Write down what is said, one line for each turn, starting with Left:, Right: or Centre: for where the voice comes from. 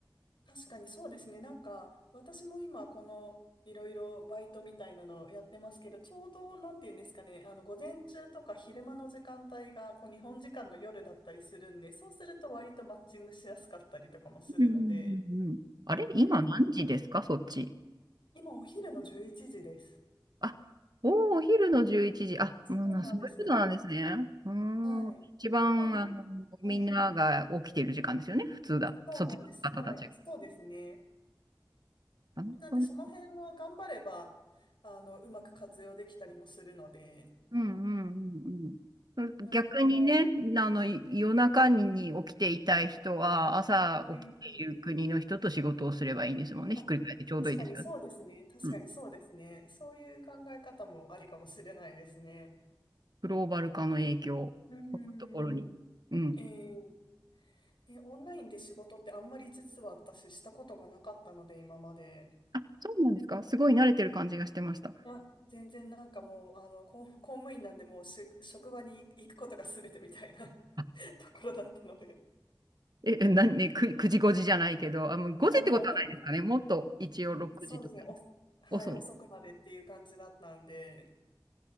Left: 確かにそうですね。なんか、私も今、この、いろいろバイトみたいなのをやってますけど、ちょうど、なんていうんですかね、あの、午前中とか昼間の時間帯が、こう、日本時間の夜だったりするんで、そうすると割とマッチングしやすかったりとかもするので、
Right: うんうんうんうんあれ今何時ですかそっち。
Left: こういうの結構、今お昼の11時です。
Right: あ、おーお昼の11時。あ、
Left: そうなんですよ。
Right: もうな、そういうことなんですね。うーん。
Left: はい。
Right: 一番、
Left: なんで、
Right: あの、みんなが起きている時間ですよね。
Left: はい。
Right: 普通だ。
Left: そうなんです。
Right: そっちの方たちが。
Left: はい。そうですね。
Right: なるほどね
Left: なんで、その辺は頑張れば、あの、うまく活用できたりもするので、
Right: うんうんうんうん。
Left: なかなか、
Right: 逆にね、あの、い夜中に起きていたい人は、朝起きている国の人と仕事をすればいいんですもんね。
Left: ええあ、
Right: ひっくり返ってちょうどいいですよね。
Left: 確かにそうですね。確かにそうですね。
Right: うん。
Left: そういう考え方もありかもしれないですね。
Right: グローバル化の影響、
Left: うーん。
Right: こういうところに。うん。
Left: ええねオンラインで仕事ってあんまり実は私したことがなかったので、今まで。
Right: あ、そうなんですかすごい慣れてる感じがしてました。
Left: いや、全然なんかもう、あの、公、公務員なんでもうし、職場に行くことが全てみたいな
Right: あ
Left: <laughs> ところだったので。
Right: え、えなんね、く、9時5時じゃないけど、あ、もう5時ってことはないですかね。
Left: あ、もうほ
Right: もっと一応6時とか。
Left: ん、そうですね。お、はい、
Right: 遅い。
Left: 遅くまでっていう感じだったんで。